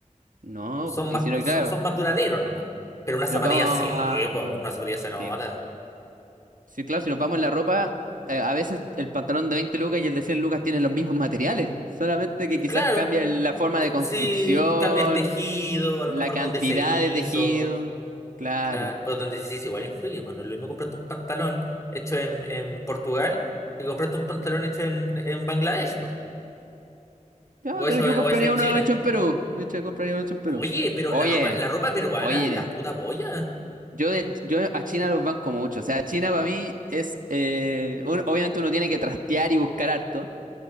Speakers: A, on the right (about 80°); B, on the left (about 20°).
A: No,
B: Son
A: po,
B: más,
A: y si no, claro,
B: son, son más duraderos nomás. Pero una
A: si
B: zapatilla
A: nos vamos
B: sí,
A: a...
B: po, una zapatilla se nota.
A: Sí, po. Sí, claro, si nos vamos en la ropa, eh, a veces el pantalón de 20 lucas y el de 100 lucas tienen los mismos materiales, solamente que quizás
B: Claro,
A: cambia el- la forma
B: c-
A: de construcción,
B: sí, cambia el tejido, a
A: la
B: lo mejor
A: cantidad
B: donde se hizo.
A: de tejido. Claro.
B: Claro, pero donde se hizo igual influye. Bueno, lo mismo compraste un pantalón hecho en, en Portugal y compraste un pantalón hecho en, en Bangladesh, po,
A: Ya,
B: o hecho,
A: pero yo
B: o
A: compraría
B: hecho en
A: uno
B: China.
A: hecho en Perú. Yo te compraría uno hecho en Perú.
B: Oye, pero
A: Oye,
B: la ropa, la ropa peruana
A: oye.
B: es la puta polla.
A: Yo, de- yo a China los banco mucho. O sea, China para mí es. eh, un- obviamente uno tiene que trastear y buscar harto.